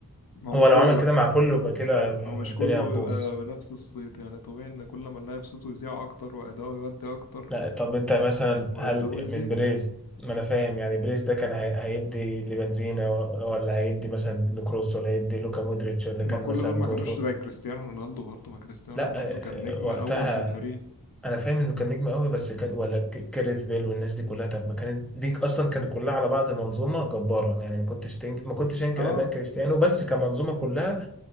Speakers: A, on the left; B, in the centre.
A: ما هو
B: هو
A: مش
B: لو
A: كله
B: عمل
A: بقى
B: كده مع كله يبقى كده
A: ما هو مش
B: الدنيا
A: كله
B: هتبوظ
A: بيبقى بنفس الصيت يعني طبيعي إن كل لما اللاعب صوته يذيع أكتر وأداؤه يودي أكتر
B: لا طب انت مثلا
A: فمرتبه
B: هل
A: يزيد
B: من بريز ما انا فاهم يعني بريز ده كان هي- هيدي لبنزينا و- ولا هيدي مثلا لكروس ولا هيدي لوكا مودريتش ولا
A: ما
B: كان
A: كل
B: مثلا
A: دول ما
B: كورتوا
A: كانوش زي كريستيانو رونالدو برضه ما كريستيانو
B: لا
A: رونالدو كان نجم
B: آه، وقتها
A: اول في الفريق
B: انا فاهم انه كان نجم قوي بس كان ولا ك- كاريث بيل والناس دي كلها طب ما كانت دي اصلا كانت كلها على بعض منظومه جباره يعني ما كنتش تنك... ما كنتش انكر
A: اه
B: اداء كريستيانو بس كمنظومه كلها